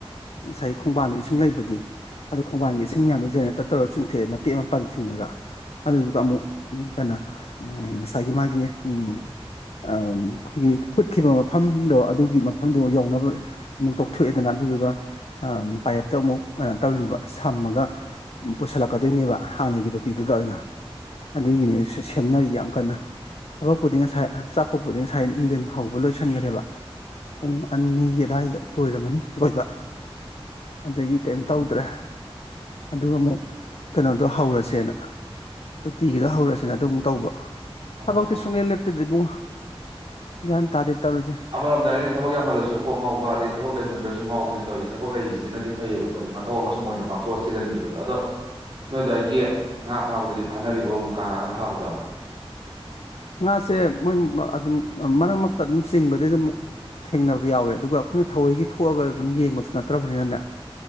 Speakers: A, on the left (about 80°); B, on the right (about 55°).
A: ꯉꯁꯥꯏ ꯈꯣꯡꯕꯥꯟꯗꯣ ꯏꯁꯤꯡ ꯂꯩꯕꯒꯤ ꯑꯗꯨꯣ ꯈꯣꯡꯕꯥꯟꯒꯤ ꯏꯁꯤꯡ ꯃꯌꯥꯝꯁꯨ ꯖꯦꯅꯦꯔꯇꯔ ꯇꯧꯔ ꯆꯤꯡꯊꯣꯛꯑꯦ ꯃꯇꯦꯛ ꯑꯃ ꯄꯜ ꯊꯤꯡꯉꯒ ꯑꯗꯨꯗꯨꯒ ꯑꯃꯨꯛ ꯀꯩꯅꯣ ꯎ ꯉꯁꯥꯏꯒꯤ ꯃꯥꯒꯤ ꯎꯝ ꯑ ꯑꯩꯈꯣꯏꯒꯤ ꯈꯨꯨꯠꯈꯤꯕ ꯃꯐꯝꯗꯣ ꯑꯗꯨꯒꯤ ꯃꯐꯝꯗꯣ ꯌꯧꯅꯕ ꯑꯃꯨꯛ ꯇꯧꯊꯣꯛꯑꯦꯗꯅ ꯑꯗꯨꯗꯨꯒ ꯄꯥꯏꯞꯇ ꯑꯃꯨꯛ ꯀꯩꯅꯣ ꯇꯧꯔꯤꯅꯩꯕ ꯁꯝꯃꯒ ꯄꯨꯁꯜꯂꯛꯀꯗꯣꯏꯅꯦꯕ ꯍꯥꯟꯅꯒꯤ ꯇꯣꯇꯤꯗꯨꯗ ꯑꯣꯏꯅ ꯑꯗꯨꯒꯤꯅꯤ ꯁꯦꯝꯅꯔꯤ ꯌꯥꯝ ꯀꯟꯅ ꯊꯕꯛꯄꯨꯗꯤ ꯉꯁꯥꯏ ꯑꯆꯥꯄꯣꯠꯄꯨꯗꯤ ꯉꯁꯥꯏ ꯅꯨꯡꯊꯤꯜ ꯍꯧꯕ ꯂꯣꯏꯁꯤꯟꯈ꯭ꯔꯦꯕ ꯄꯨꯡ ꯑꯅꯤꯒꯤ ꯑꯗꯨꯋꯥꯏꯗ ꯂꯣꯏꯔꯝꯃꯅꯤ ꯂꯣꯏꯕ ꯑꯗꯒꯤ ꯀꯩꯝ
B: ꯎꯝ
A: ꯇꯧꯗ꯭ꯔꯦ ꯑꯗꯨꯒ ꯑꯃꯨꯛ ꯀꯩꯅꯣꯗꯣ ꯍꯧꯔꯁꯦꯅ ꯇꯣꯇꯤꯒꯤꯗꯣ ꯍꯧꯔꯁꯦꯅ ꯑꯗꯨ ꯑꯃꯨꯛ ꯇꯧꯕ
B: ꯑꯣ
A: ꯊꯕꯛꯇꯤ ꯁꯨꯡꯂꯦꯞ ꯂꯦꯞꯇꯦꯗ ꯏꯕꯨꯡꯣ ꯒ꯭ꯌꯥꯟ ꯇꯥꯗꯦ ꯇꯧꯔꯤꯁꯦ
B: ꯑꯃꯔꯣꯝꯗ ꯍꯥꯏꯒꯗꯤ ꯊꯕꯛ ꯌꯥꯝꯃꯜꯂꯁꯨ ꯀꯣꯛ ꯉꯥꯎꯕ ꯑꯗꯩ ꯊꯕꯛ ꯂꯩꯃꯟꯗ꯭ꯔꯁꯨ ꯉꯥꯎꯕꯅꯤ ꯇꯧꯔꯤꯁꯦ ꯊꯕꯛ ꯂꯩꯔꯤꯁꯤꯅꯗꯤ ꯐꯩꯌꯦꯕ ꯃꯊꯧ ꯑꯃꯁꯨꯝ ꯑꯣꯏꯅ ꯄꯥꯡꯊꯣꯛꯑ ꯆꯤꯜꯍꯟꯈꯤꯕꯗꯣ ꯑꯗꯣ ꯅꯣꯏꯗꯥꯏꯒꯤ ꯉꯥ ꯐꯥꯕꯗꯨꯗꯤ ꯐꯥꯅꯔꯤꯕꯣ ꯃꯨꯀꯥ ꯉꯥꯒ ꯐꯥꯕꯗꯣ
A: ꯉꯥꯁꯦ ꯃꯣꯏ ꯑꯗꯨꯝ ꯃꯔꯛ ꯃꯔꯛꯇ ꯑꯗꯨꯝ ꯆꯤꯡꯕꯗꯤ ꯑꯗꯨꯝ ꯊꯦꯡꯅꯕ ꯌꯥꯎꯋꯦ ꯑꯗꯨꯒ ꯑꯩꯈꯣꯏꯅ ꯊꯋꯣꯏꯒꯤ ꯊꯣꯛꯑꯒ ꯑꯗꯨꯝ ꯌꯦꯡꯕꯁꯨ ꯅꯠꯇ꯭ꯔꯕꯅꯤꯅꯅꯦ